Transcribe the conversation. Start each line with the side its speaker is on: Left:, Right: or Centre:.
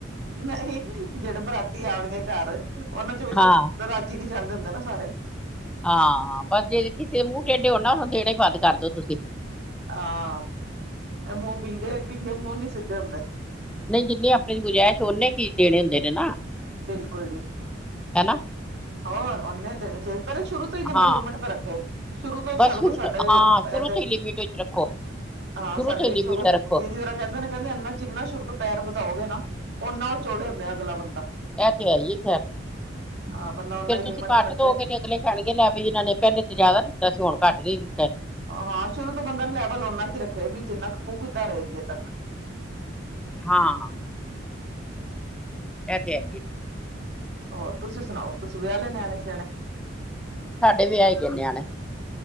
Right: ਨ ਅ ਈ ਜੜੇ ਬਰਾਤੀ ਆਣਗੇ ਘਾਰ ਓਨਾਂ 'ਚੋਂ ਵੀ
Centre: ਹਾਂ
Right: ਤੇ ਰਾਜੀ ਨੀ ਜਾਂਦੇ ਹੁੰਦੇ ਨਾ ਸਾਰੇ।
Centre: ਹਾਂ, ਬਸ ਜੇ ਕਿਸੇ ਮੂੰਅ ਟੇਡੇ ਹੋਨ ਨਾ ਹੰ ਦੇਣੇ ਈ ਬੰਦ ਕਰਦੋ ਤੁਸੀ।
Right: ਹਾਂ, ਐ ਮੂੰਅ ਬਿੰਗੇ, ਬਿੰਗੇ ਮੂੰਅ ਨੀ ਸਿੱਧੇ ਹੁੰਦੇ।
Centre: ਨਈ ਜਿੰਨੀ ਆਪਣੇ 'ਚ ਗੁਜਾਇਸ਼ ਓਨੇ ਕੀ ਦੇਣੇ ਹੁੰਦੇ ਨੇ ਨਾ।
Right: ਬਿਲਕੁਲ ਜੀ।
Centre: ਹਨਾ
Right: ਹੋਰ, ਓਨੇ ਦੇਣੇ ਚਾਈਦੇ ਨੇ ਸ਼ੁਰੂ ਫੇਰ ਬੰਦਾ
Centre: ਹਾਂ
Right: ਲਿਮਟ ਤਾਂ ਰੱਖੇ। ਸ਼ੁਰੂ ਤੋਂ
Centre: ਬਸ
Right: ਸਾਡੇ
Centre: ਸ਼ੁਰੂ
Right: ਕੋਲ ਸਾਡੇ
Centre: ਤੋਂ ਹਾਂ ਸ਼ੁਰੂ
Right: ਐਦੇ
Centre: ਤੋਂ
Right: ਈ
Centre: ਹੀ ਲਿਮਿਟ ਵਿੱਚ ਰੱਖੋ
Right: ਹਾਂ,
Centre: ਸ਼ੁਰੂ
Right: ਸਾਡੇ
Centre: ਤੋਂ ਹੀ
Right: ਵੀ
Centre: ਲਿਮਿਟ
Right: ਸਗੋਂ
Centre: ਰੱਖੋ
Right: ਦੀਦੀ ਹੋਰਾ ਕੈਂਦੇ ਨੇ ਕੈਂਦੇ ਏਨਾ ਜਿੰਨਾ ਸ਼ੁਰੂ ਤੋਂ ਪੈਰ ਵਧਾਓਗੇ ਨਾ ਓਨਾਂ ਓ ਚੌੜੇ ਹੁੰਦੇ ਐ ਅਗਲਾ ਬੰਦਾ।
Centre: ਐ ਤੇ ਹੈ ਈ ਏ ਖੈਰ।
Right: ਹਾਂ ਬੰਦਾ ਓਨਾ
Centre: ਫੇਰ
Right: ਹੀ ਲਿਮਿਟ
Centre: ਤੁਸੀ ਘੱਟ
Right: ਦਾ ਰੱਖੇ
Centre: ਦੋਗੇ ਤੇ ਅਗਲੇ ਖਹਿਣਗੇ ਲੈ ਵੀ ਏਨਾਂ ਨੇ ਪੈਲੇ ਤੇ ਜ਼ਿਆਦਾ ਦਿੱਤਾ ਸੀ ਹੋਣ ਘੱਟ ਦੇ ਦਿੱਤੈ।
Right: ਹਾਂ ਸ਼ੁਰੂ ਤੋਂ ਬੰਦਾ ਲੈਵਲ ਓਨਾ ਕ ਹੀ ਰੱਖੇ ਵੀ ਜਿੰਨਾ ਪੁਗਦਾ ਰਹੇ ਅੱਗੇ ਤੱਕ
Centre: ਹਾਂ। ਇਹ ਤੇੇ ਹੈ ਈ ਏ।
Right: ਹੋਰ, ਤੁਸੀਂ ਸੁਣਾਓ, ਤੁਸੀਂ ਵਿਆਹ ਲਏ ਨਿਆਣੇ ਸਿਆਣੇ।
Centre: ਸਾਡੇ ਵੀ ਵਿਆਹੇ ਗਏ ਨਿਆਣੇ